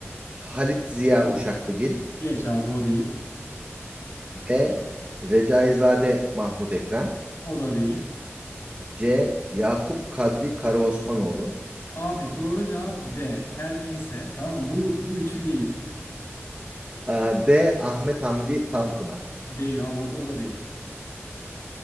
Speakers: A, on the right (about 25°); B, on the left (about 55°).
A: Halit Ziya Uşaklıgil
B: Geç abi o değil.
A: B. Recaizade Mahmut Ekrem
B: O da değil.
A: C. Yakup Kadri Karaosmanoğlu
B: Abi doğru cevap D. Her neyse. Tamam mı? bu bu üçü değil.
A: Aa, D. Ahmet Hamdi Tanpınar.
B: Değil abi o da, o da değil.